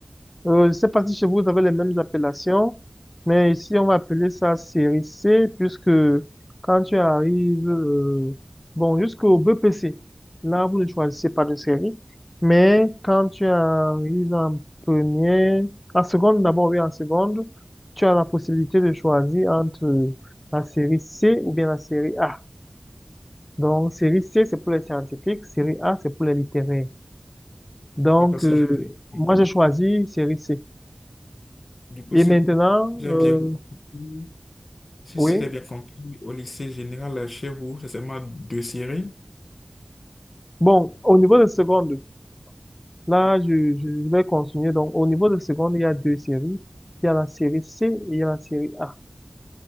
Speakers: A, on the left; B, on the left.
A: Euh, je ne sais pas si chez vous, vous avez les mêmes appellations, mais ici, on va appeler ça série C, puisque quand tu arrives, euh, bon, jusqu'au BPC, là, vous ne choisissez pas de série, mais quand tu arrives en première, en seconde, d'abord, oui, en seconde, tu as la possibilité de choisir entre la série C ou bien la série A. Donc, série C, c'est pour les scientifiques, série A, c'est pour les littéraires. Donc,
B: Donc, si
A: euh,
B: j'ai- bien compris-
A: moi, j'ai choisi série C.
B: du coup,
A: Et
B: si
A: maintenant,
B: j'ai
A: euh,
B: bien compris, si,
A: oui.
B: si j'ai bien compris, au lycée général euh, chez vous, c'est seulement deux séries.
A: Bon, au niveau de seconde, là, je, je je vais continuer. Donc, au niveau de seconde, il y a deux séries. Il y a la série C et il y a la série A.